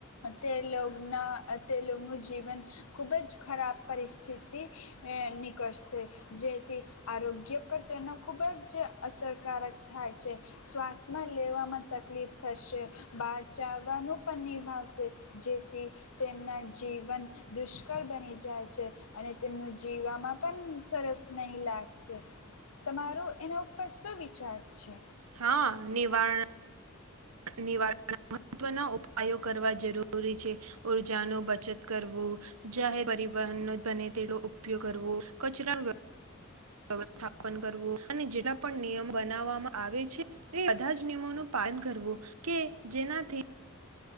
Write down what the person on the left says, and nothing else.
તેના <unintelligible> જીવન ખૂબ જ ખરાબ પરિસ્થિતિ નીકળશે જેથી આરોગ્ય પર તેનો ખુબ જ અસરકારક થાય શ્વાસમાં લેવામાં તકલીફ થશે બહાર ચાલવાનું પણ નિભાવશે જેથી તેમના જીવન દુષ્કળ બની જાય છે અને તેમનું જીવવામાં પણ સરસ નહી લાગશે તમારો એના ઉપર શું વિચાર છે